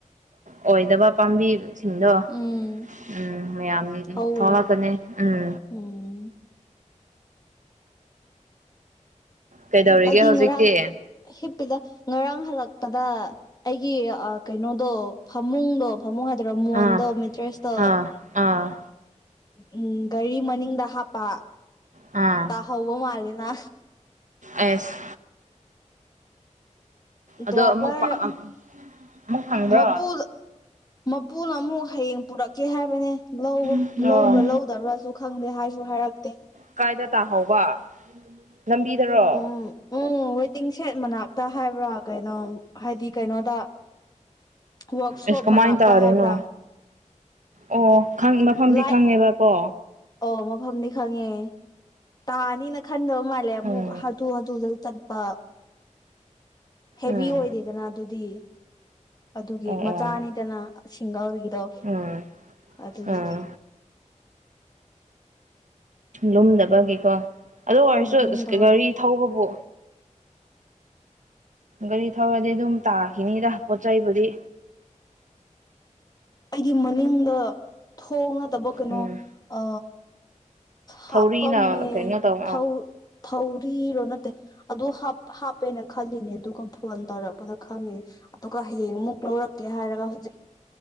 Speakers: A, on the right (about 75°); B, on the left (about 30°).
A: ꯑꯣꯏꯗꯕ ꯄꯥꯝꯕꯤꯁꯤꯡꯗꯣ
B: ꯎꯝ
A: ꯎꯝ ꯃꯌꯥꯝ
B: ꯍꯧꯔꯦ
A: ꯊꯣꯛꯂꯛꯀꯅꯤ ꯎꯝ
B: ꯎꯝ
A: ꯀꯩꯗꯧꯔꯤꯒꯦ
B: ꯑꯩꯗꯤ
A: ꯍꯧꯖꯤꯛꯇꯤ
B: ꯉꯔꯥꯡ ꯍꯞ ꯗ ꯉꯔꯥꯡ ꯍꯜꯂꯛꯄꯗ ꯑꯩꯒꯤ ꯀꯩꯅꯣꯗꯣ ꯐꯃꯨꯡꯗꯣ ꯐꯃꯨꯡ ꯍꯥꯏꯗꯔꯣ ꯃꯣꯍꯟꯗꯣ
A: ꯑꯥ
B: ꯃꯤꯇ꯭ꯔꯦꯁꯇꯣ
A: ꯑꯥ ꯑꯥ
B: ꯎꯝ ꯒꯥꯔꯤ ꯃꯅꯤꯡꯗ ꯍꯥꯞꯄ
A: ꯑꯥ
B: ꯇ ꯍꯧꯕ ꯃꯥꯂꯦꯅ
A: ꯑꯦꯁ ꯑꯗꯣ
B: ꯗ꯭ꯔꯥꯏꯕꯔ
A: ꯑꯃꯨꯛ ꯑꯃꯨꯛ ꯐꯪꯕ꯭ꯔꯣ
B: ꯃꯕꯨꯕꯨꯜ ꯃꯄꯨꯅ ꯑꯃꯨꯛ ꯍꯌꯦꯡ ꯄꯨꯔꯛꯀꯦ ꯍꯥꯏꯕꯅꯦ
A: ꯑꯣ
B: ꯂꯧꯕ꯭ꯔꯥ ꯂꯧꯗꯕ꯭ꯔꯥꯁꯨ ꯈꯪꯗꯦ ꯍꯥꯏ ꯁꯨ ꯍꯥꯏꯔꯛꯇꯦ
A: ꯀꯥꯏꯗ ꯇꯥꯍꯧꯕ ꯂꯝꯕꯤꯗꯔꯣ
B: ꯎꯝ ꯎꯝ ꯋꯦꯇꯤꯡ ꯁꯦꯠ ꯃꯅꯥꯛꯇ ꯍꯥꯏꯕ꯭ꯔꯥ ꯀꯩꯅꯣ ꯍꯥꯏꯗꯤ ꯀꯩꯅꯣꯗ ꯋꯥꯔꯛꯁꯣꯞ
A: ꯏꯁꯀ
B: ꯃꯅꯥꯛꯇ
A: ꯃꯥꯏ ꯇ ꯑꯔꯦꯅꯣ
B: ꯍꯥꯏꯕ꯭ꯔꯥ
A: ꯑꯣ ꯃꯐꯝꯗꯤ
B: ꯂꯥꯏꯠ
A: ꯈꯪꯉꯦꯕ ꯀꯣ
B: ꯑꯣ ꯃꯐꯝꯗꯤ ꯈꯪꯉꯦ ꯇꯥꯅꯤꯅ ꯈꯟꯗꯕ ꯃꯥꯜꯂꯦ ꯑꯃꯨꯛ
A: ꯎꯝ
B: ꯍꯥꯊꯨ ꯍꯥꯊꯨꯗ ꯆꯠꯄ ꯍꯦꯚ
A: ꯎꯝ
B: ꯑꯣꯏꯗꯦꯗꯅ ꯑꯗꯨꯗꯤ ꯑꯗꯨꯒꯤ
A: ꯑꯣ
B: ꯃꯆꯥ
A: ꯑꯣ
B: ꯑꯅꯤꯗꯅ ꯁꯤꯡꯒꯥꯜꯒꯤ ꯗꯣ
A: ꯎꯝ
B: ꯑꯗꯨꯒꯤ
A: ꯎꯝ ꯂꯨꯝꯗꯕꯒꯤꯀꯣ ꯑꯗꯨ ꯑꯣꯏꯔꯁꯨ
B: ꯎꯝ ꯂꯨꯝꯗꯕꯒꯤ
A: ꯒꯥꯔꯤ ꯊꯧꯕꯕꯨ ꯒꯥꯔꯤ ꯊꯧꯔꯗꯤ ꯑꯗꯨꯝ ꯇꯥꯈꯤꯅꯤꯗ ꯄꯣꯠ ꯆꯩꯕꯨꯗꯤ
B: ꯑꯩꯗꯤ ꯃꯅꯤꯡꯗ ꯊꯣꯡꯅꯗꯕ ꯀꯩꯅꯣ
A: ꯎꯝ
B: ꯑ ꯍꯥꯄꯝ
A: ꯊꯧꯔꯤꯅ
B: ꯃ
A: ꯀꯩꯅꯣ ꯇꯧ
B: ꯊꯧ ꯊꯧ ꯐꯔꯤꯔꯣ ꯅꯠꯇꯦ ꯑꯗꯨ ꯍꯥꯞꯄꯦꯅ ꯈꯜꯂꯤꯅꯦ ꯑꯗꯨꯒ ꯐꯣꯟ ꯇꯧꯔꯛꯄꯗ ꯈꯪꯉꯤꯅꯦ ꯑꯗꯨꯒ ꯍꯌꯦꯡ ꯑꯃꯨꯛ ꯂꯧꯔꯛꯀꯦ ꯍꯥꯏꯔꯒ ꯍꯧꯖꯤꯛ